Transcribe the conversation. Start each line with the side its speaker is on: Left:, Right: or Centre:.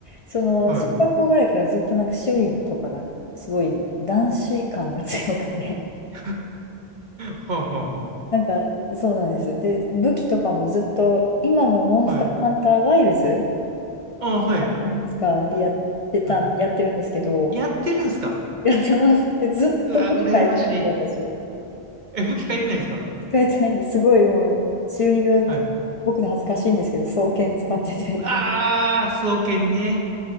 Left: その、
Right: はい。
Left: 小学校ぐらいからずっとなんか趣味とかがすごい男子感が強くて。<laughs>
Right: <laughs> はあはあは
Left: なんか、そうなんです。で、武器とかもずっと、今もモンスターハンターワイルズ
Right: あ。はい。ああ、はい。
Left: ないですか。で、やってたん、
Right: はい。
Left: やってるんですけど、
Right: やってるんですか
Left: やってますってずっと僕変えてなくて、
Right: うわ、羨ましい。
Left: 私。
Right: え、武器変えてないんですか
Left: 変えてないんです。すごいもう、中二病、
Right: はい。
Left: 僕で恥ずかしいんですけど、双剣使ってて。
Right: ああ、双剣ね。